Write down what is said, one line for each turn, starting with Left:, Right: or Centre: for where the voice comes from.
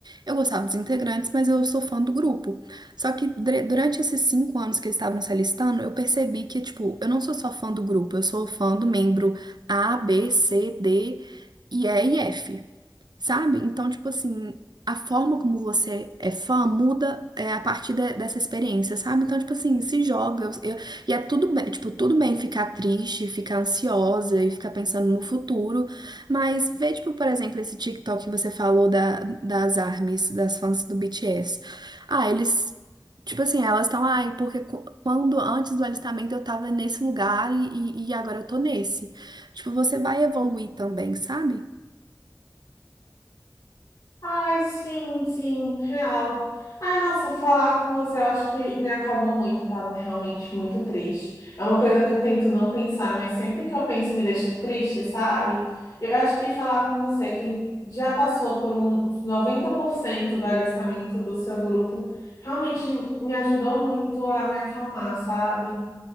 Right: Eu gostava dos integrantes, mas eu sou fã do grupo. Só que dre- durante esses cinco anos que eles estavam se alistando, eu percebi que, tipo, eu não sou só fã do grupo, eu sou fã do membro A, B, C, D e E e F sabe? Então, tipo assim, a forma como você é fã muda é, a partir de- dessa experiência, sabe? Então, tipo assim, se joga. eu- eu- e é tudo bem, tipo, tudo bem ficar triste, ficar ansiosa e ficar pensando no futuro. Mas vê, tipo, por exemplo, esse TikTok que você falou da, das ARMYs, das fãs do BTS. Ah, eles. Tipo assim, elas estão, ai, porque qu- quando antes do alistamento eu tava nesse lugar e, e e agora eu tô nesse. Tipo, você vai evoluir também, sabe?
Left: Ai, sim, sim, real. Ai, nossa, falar com você, eu acho que me acalmou muito. Eu tava realmente muito triste. É uma coisa que eu tento não pensar, mas sempre que eu penso me deixa triste, sabe? Eu acho que falar com você que já passou por uns 90% do alistamento do seu grupo, realmente me ajudou muito a me acalmar, sabe?